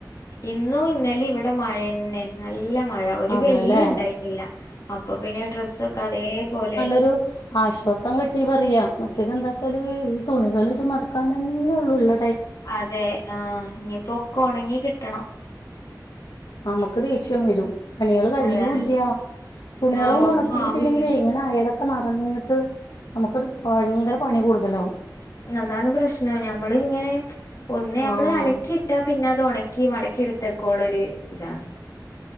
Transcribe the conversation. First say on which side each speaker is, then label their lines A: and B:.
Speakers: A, on the left (about 55°); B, on the left (about 75°).
A: ഇന്നും ഇന്നലിം ഇവിടെ മഴന്നെ നല്ല മഴ ഒരു
B: അതേല്ലേ
A: വെയിലും ഇണ്ടായിട്ടില്ല അപ്പൊ പിന്നെ ഡ്രസ്സൊക്കെ അതേപോലെ
B: ഒരു ആശ്വാസം കിട്ടി പറയാ മറ്റേത് എന്താച്ചാല് ഈ തുണികൾ ഇത് മടക്കാൻ തന്നെ ഉള്ളൂള്ള
A: അതെ ആഹ് ഇനിയിപ്പോ ഒക്ക ഉണങ്ങി കിട്ടണം
B: നമുക്ക് ദേഷ്യം വരും പണികൾ കഴിയൂല്ല്യ
A: അതാണ്
B: തുണികളൊന്നും
A: ആഹ് ഒന്നും
B: ഉണക്കി കിട്ടിയില്ലെങ്കിലെ
A: ആവൂല്ല
B: ഇങ്ങനെ അയലൊക്കെ നറഞ്ഞിട്ട് നമുക്ക്ട്ട് ഭയങ്കര പണി കൂടുതലാവും
A: അതാണ് പ്രശ്നം ഞമ്മൾ ഇങ്ങനെ ഒന്ന് ഞമ്മള്
B: ആഹ്
A: അലക്കിയിട്ടാ പിന്നെ അത് ഉണക്കി മടക്കി എടുത്തൊക്കൊള ഒരു ഇതാണ്